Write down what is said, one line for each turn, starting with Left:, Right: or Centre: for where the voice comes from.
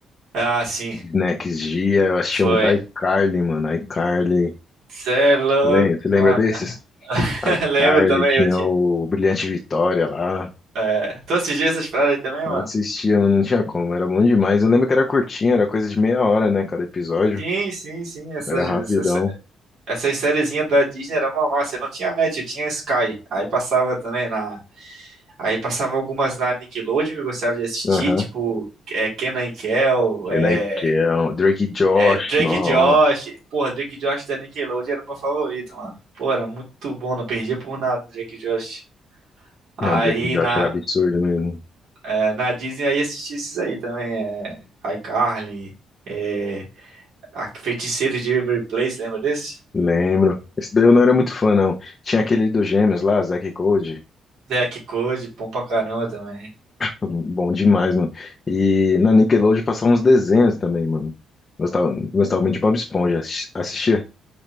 Right: Ah, sim.
Left: Next Gia, eu assistia
Right: Foi.
Left: muito iCarly, mano, iCarly.
Right: Cê é louco,
Left: Lem- Você lembra
Right: mano.
Left: desses?
Right: <laughs>
Left: iCarly,
Right: Lembro também,
Left: tinha
Right: eu tinha.
Left: o Brilhante Vitória lá.
Right: É. Tu assistia essas paradas aí também,
Left: Eu
Right: mano?
Left: assistia, não tinha como, era bom demais. Eu lembro que era curtinho, era coisa de meia hora, né? Cada episódio.
Right: Sim, sim, sim. Essas,
Left: Era rapidão.
Right: essa, essas sériezinhas da Disney era uma massa. Não tinha Match, tinha Sky. Aí passava também na. Aí passava algumas na Nickelodeon que eu gostava de assistir,
Left: Aham.
Right: tipo é, Kenan e Kel,
Left: Kenan
Right: é,
Left: e Kel, Drake e Josh,
Right: é, Drake
Left: nossa.
Right: e Josh. Porra, Drake e Josh da Nickelodeon era o meu favorito, mano. Pô, era muito bom, não perdia por nada Drake e Josh. Aí
Left: Não, Drake e Josh
Right: na,
Left: era absurdo mesmo.
Right: é, na Disney aí assisti esses aí também. É, iCarly, é, a Feiticeiro de Waverly Place, lembra desse?
Left: Lembro. Esse daí eu não era muito fã, não. Tinha aquele dos gêmeos lá, Zack e Cody.
Right: Zack Code, bom pra caramba também.
Left: Hum, Bom demais, mano. E na Nickelodeon passavam uns desenhos também, mano. Gostava, gostava muito de Bob Esponja. Assis- Assistia?